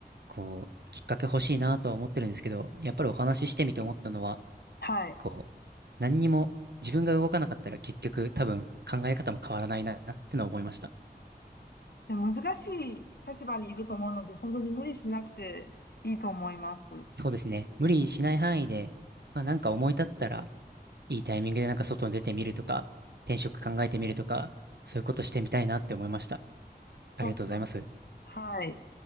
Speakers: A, on the right; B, on the left.
A: こう、きっかけ欲しいなとは思ってるんですけど、やっぱりお話ししてみて思ったのは、
B: はい。
A: こう、何にも自分が動かなかったら結局多分考え方も変わらないなってのは思いました。
B: でも難しい立場にいると思うので、本当に無理しなくていいと思います。
A: そうですね。無理しない範囲で、まあなんか思い立ったら、いいタイミングでなんか外に出てみるとか、転職考えてみるとか、そういうことしてみたいなって思いました。ありがとうございます。
B: そうですね。はい。